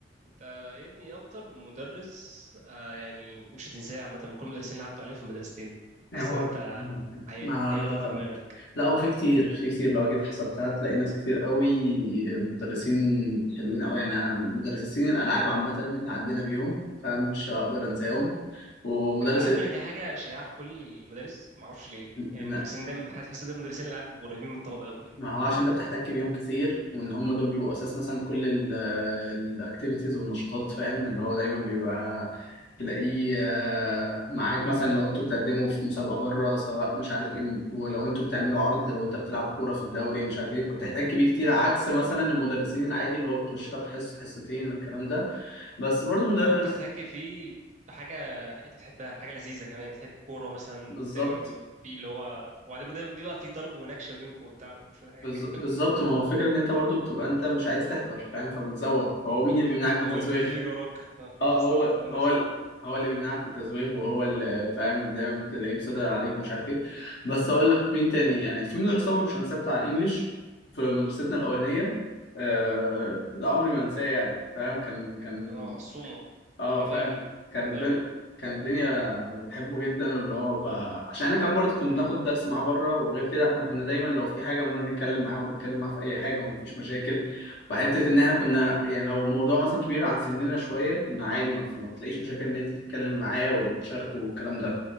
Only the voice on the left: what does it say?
يعني
هو
ما
لا هو في كتير في كتير لو جيت حسبتها هتلاقي ناس كتير قوي مدرسين حلوين قوي يعني أنا مدرسين الألعاب عامة اللي عدينا بيهم فمش هقدر أنساهم ومدرس
لا،
ما هو عشان انت بتحتك بيهم كتير وان هم دول بيبقوا اساس مثلا كل الاكتيفيتيز والنشاطات فاهم اللي هو دايما بيبقى تلاقيه آه، معاك مثلا لو انتوا بتقدموا في مسابقه بره سواء مش عارف ايه ولو انتوا بتعملوا عرض لو انت بتلعب كوره في الدوري مش عارف ايه فبتحتاج بيه كتير
عكس مثلا
المدرسين العادي اللي هو بيخش لك حصه حصتين الكلام ده بس برضو مدرس
بالظبط
بالظ-
بالظبط ما هو فكرة ان انت برضو بتبقى انت مش عايز تحضر فاهم فبتزوغ فهو مين اللي بيمنعك من
التزويغ
اه
هو
هو ال-
هو اللي بيمنعك من التزويغ وهو اللي فاهم دايما بتلاقيه مسيطر عليك ومش عارف ايه بس هقول لك مين تاني يعني في مدرس طبعا مش هنساه بتاع الانجليش في مدرستنا الاولانيه آه ده عمري ما انساه يعني فاهم كان كان
اه
فاهم
كان
الدنيا
كان الدنيا بحبه جدا واللي هو ب... عشان احنا كمان برضه كنا بناخد درس معاه بره وغير كده احنا كنا دايما لو في حاجه بنروح نتكلم معاه وبنتكلم معاه في اي حاجه ومفيش مشاكل وحته ان احنا كنا يعني لو موضوع مثلا كبير عن سننا شويه كنا عادي ما, ما تلاقيش مشاكل ان انت تتكلم معاه وتشاركه والكلام ده